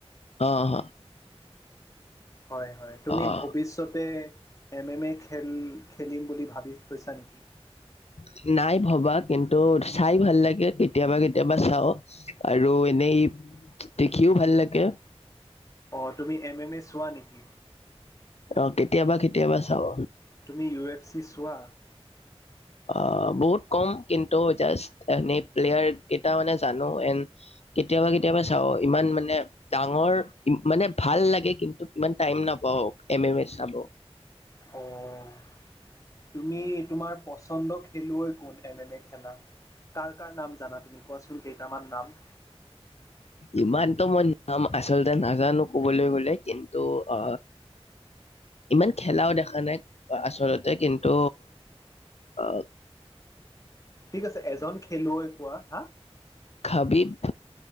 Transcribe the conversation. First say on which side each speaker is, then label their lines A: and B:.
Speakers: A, on the left; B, on the left.
A: অ', অ',
B: হয়, হয়, তুমি
A: অ।
B: ভৱিষ্যতে এম এম এ খেল খেলিম বুলি ভাবি থৈছা নেকি?
A: <inaudible> নাই ভবা কিন্তু চাই ভাল লাগে কেতিয়াবা কেতিয়াবা চাও আৰু এনেই দেখিও ভাল লাগে।
B: অ', তুমি এম এম এ চোৱা নেকি?
A: অ', কেতিয়াবা কেতিয়াবা চাব
B: তুমি ইউ এফ চি চোৱা
A: অ', বহুত কম কিন্তু জাষ্ট এনে প্লেয়াৰ কেইটা মানে জানো এন কেতিয়াবা কেতিয়াবা চাও ইমান মানে ডাঙৰ মানে ভাল লাগে কিন্তু ইমান টাইম নাপ <unintelligible> এম এম এ চাব।
B: অ', তুমি তোমাৰ পচন্দ খেলুৱৈ কোন এম এম এ খেলা কাৰ কাৰ নাম জানা তুমি কোৱাচোন কেইটামান নাম?
A: ইমানতটো মই নাম আচলতে নাজানো কবলৈ গলে কিন্তু আ, ইমান খেলাও দেখা নাই আচলতে কিন্তু অ',
B: ঠিক আছে এজন খেলুৱৈ কোৱা হা?
A: খাবিব।